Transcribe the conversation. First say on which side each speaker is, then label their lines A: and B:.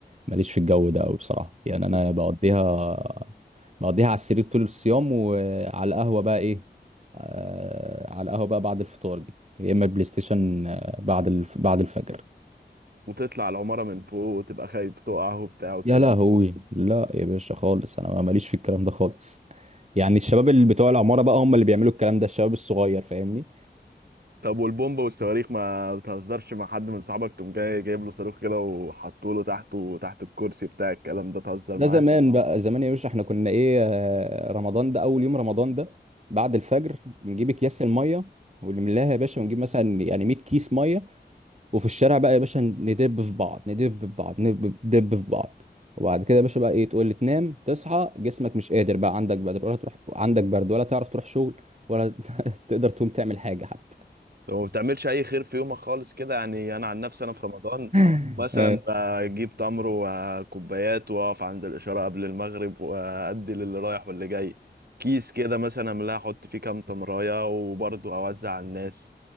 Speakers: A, on the right (about 40°); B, on the right (about 65°).
A: ماليش في الجو ده قوي بصراحه يعني انا
B: وت...
A: بقضيها بقضيها على السرير طول الصيام وعلى القهوه بقى ايه آه على القهوه بقى بعد الفطار دي يا اما بلاي ستيشن آه، بعد الف... بعد الفجر
B: وتطلع العماره من فوق وتبقى خايف تقع وبتاع والكلام
A: يا لهوي
B: ده
A: لا يا باشا خالص انا ماليش في الكلام ده خالص يعني الشباب اللي بتوع العماره بقى هم اللي بيعملوا الكلام ده الشباب الصغير فاهمني
B: طب والبومب والصواريخ ما بتهزرش مع حد من صحابك تقوم جاي جايب له صاروخ كده وحطه له تحته تحت الكرسي بتاع الكلام ده تهزر
A: ده
B: معاه
A: زمان بقى زمان يا باشا احنا كنا ايه آه، رمضان ده اول يوم رمضان ده بعد الفجر بنجيب اكياس الميه ونملاها يا باشا ونجيب مثلا يعني 100 كيس ميه وفي الشارع بقى يا باشا ندب في بعض ندب في بعض ندب ندب في بعض وبعد كده يا باشا بقى ايه تقول لي تنام تصحى جسمك مش قادر بقى عندك برد ولا تروح عندك برد ولا تعرف تروح شغل ولا <laughs> تقدر تقوم تعمل حاجه حتى
B: وما بتعملش اي خير في يومك خالص كده يعني انا عن نفسي انا في رمضان
A: <laughs>
B: مثلا
A: آه،
B: بجيب تمر وكوبايات واقف عند الاشاره قبل المغرب وادي للي رايح واللي جاي كيس كده مثلا املاها احط فيه كام تمرايه وبرضه اوزع على الناس